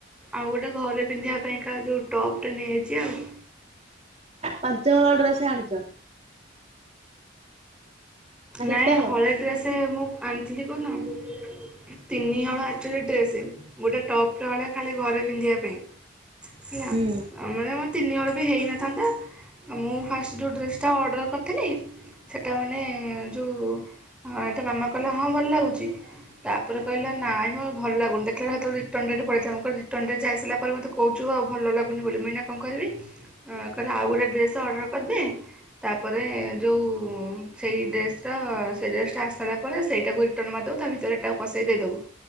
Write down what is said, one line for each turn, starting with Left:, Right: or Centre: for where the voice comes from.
Centre: ଆଉ ଗୋଟେ ଘରେ ପିନ୍ଧିବା ପାଇଁକା ଯୋଉ ଟପ୍ ନେଇଆଇଛି ଆଉ।
Right: ପାଞ୍ଚ ହଳ ଡ୍ରେସ୍ ଆଣିଚ। ନା କେତେ
Centre: ନାଇଁ
Right: ହଳ?
Centre: ହଳେ ଡ୍ରେସ୍ ମୁଁ ଆଣିଥିଲି କୋଉଦିନ? ତିନିହଳ ଆକ୍ଚୁଆଲି ଡ୍ରେସ୍ ଗୋଟେ ଟପ୍ ହେଲା ଖାଲି ଘରେ ପିନ୍ଧିବା ପାଇଁ। ସିଆ।
Right: ହୁଁ
Centre: ଆ ମାନେ ମୋ ତିନିହଳ ବି ହେଇନଥାନ୍ତା ମୁଁ ଫାଷ୍ଟ ଯୋଉ ଡ୍ରେସ୍ଟା ଅର୍ଡ଼ର କରିଥିଲି, ସେଟା ମାନେ ଯଉ ଏଟା ମାମା କହିଲା ହଁ ଭଲ ଲାଗୁଚି। ତାପରେ କହିଲା ନାଇଁ ମୋ ଭଲ ଲାଗୁନି ଦେଖାଳେ ହେ ତଳେ ରିଟନ୍ ଡେଟ୍ ପଳେଇ ଥିଲା ମୁଁ କହିଲି ରିଟନ୍ ଡେଟ୍ ଯାଇସାଇଲା ପରେ ମତେ କହୁଛୁ ଆଉ ଭଲ ଲାଗୁନି ବୋଲି ମୁଁନା କଣ କରିବି କହିଲେ ଆଉ ଗୋଟେ ଡ୍ରେସ୍ ଅର୍ଡ଼ର କରିଦେ। ତାପରେ ଯୋଉ ସେଇ ଡେ ଡ୍ରେସ ଟା ଆସି ସାଇଲା ପରେ ସେଇଟାକୁ ରିଟର୍ନ ମାରଦବୁ ତା ଭିତରେ ଏଟାକୁ ପସେଇ ଦେଇଦବୁ।